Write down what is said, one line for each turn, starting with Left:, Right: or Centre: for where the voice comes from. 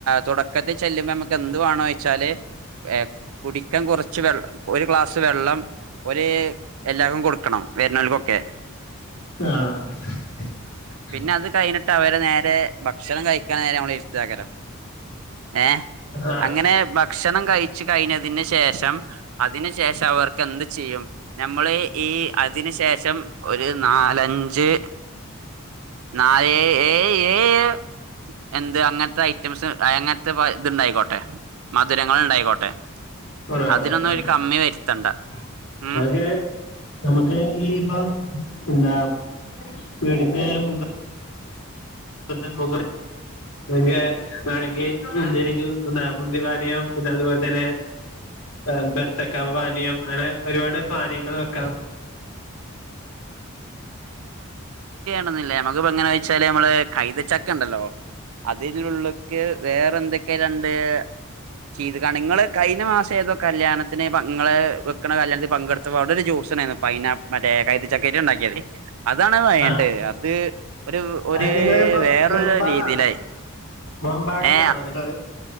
Right: തുടക്കത്തിൽ നമക്ക് എന്ത്‌ വാണോച്ചാല് ഏഹ് കുടിക്കാൻ കുറച്ച് വെ ഒരു ഗ്ലാസ് വെള്ളം. ഒരു എല്ലാക്കും കൊടുക്കണം വെര് നോല്ക്കൊക്കെ
Left: ആഹ്
Right: പിന്നെ അത് കഴിഞ്ഞിട്ട് അവരെ നേരെ ഭക്ഷണം കഴിക്കാൻ നേരെ നമ്മള് ഇരുതാകാരം ഏ
Left: ആഹ്
Right: അങ്ങനെ ഭക്ഷണം കഴിച്ചു കഴിഞ്ഞതിന് ശേഷം അതിനന് ശേഷം അവർക്ക് എന്ത് ചെയ്യും നമ്മള് ഈ അതിന് ശേഷം ഒരു നാലഞ്ച് നായ ഏ ഏഏഴ് എന്ത് അങ്ങനത്തെ ഐറ്റംസ് അങ്ങനത്തെ ഇത്ണ്ടായിക്കോട്ടെ മധുരങ്ങ ഉണ്ടായിക്കോട്ടെ
Left: ആഹ്
Right: അതിനൊന്നും ഒരു കമ്മി വരുത്തണ്ട
Left: <unintelligible>
Right: ഉം
Left: എന്താ വീടിന്റെ മുഖം <unintelligible> പിന്നെ വേണെങ്കി മുന്തിരിജു മുന്തി പാനീയം പിന്നെ അതുപോലെ തന്നെ ർ ബത്തക്ക പാനീയം അങ്ങനെ ഒരുപാട് പാനീയങ്ങൾ വെക്കാം
Right: വന്നില്ലേ നമുക്കിപ്പോ എങ്ങനെ വെച്ചാല് നമ്മള് കൈതച്ചക്ക ഇണ്ടല്ലോ? അതിലുള്ളിക്ക് വേറെന്തെ ക്കെ രണ്ട് ചെയ്ത്ക്കാണ്ട് ഇങ്ങള് കയ്ഞ്ഞ മാസം ഏതോ കല്യാണത്തിന് ഇങ്ങള് ക്ക്‌ണ കല്യാണത്തിൽ പങ്കെടുത്തപ്പോ അവിടെ ഒരു ജ്യൂട്സ്ണ്ടായിന്നു പൈനാ മറ്റേ കൈതചക്കേട്ട് ഇണ്ടാക്ക്യേത്. അതാണ് വയേണ്ടത്
Left: ആഹ്
Right: അത് ഒരു ഒരു
Left: അത് നിങ്ങള് മ
Right: വേറൊരു
Left: മമ്പാടാണോ
Right: രീതിയിലായി.
Left: മമ്പാട്ന്നാണോ
Right: ഏ
Left: നിങ്ങൾ